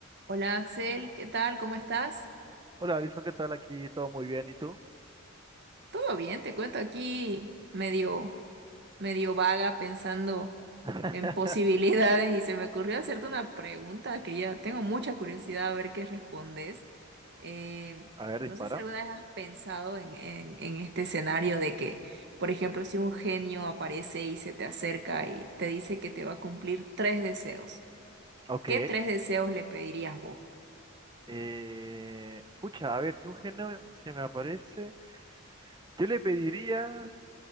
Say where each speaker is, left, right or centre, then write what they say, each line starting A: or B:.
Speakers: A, on the right; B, on the right.
A: Hola Axel, ¿qué tal? ¿Cómo estás?
B: Hola, Alison, ¿qué tal? Aquí todo muy bien, ¿y tú?
A: Todo bien, te cuento aquí medio, medio vaga pensando
B: <laughs>
A: en posibilidades y se me ocurrió hacerte una pregunta que ya tengo mucha curiosidad a ver qué respondes. Eh,
B: A ver, dispara.
A: no sé si alguna vez has pensado en, en, en este escenario de que, por ejemplo, si un genio aparece y se te acerca y te dice que te va a cumplir tres deseos,
B: Ok.
A: ¿qué tres deseos le pedirías vos?
B: eh, pucha, a ver, si un género se me aparece, yo le pediría,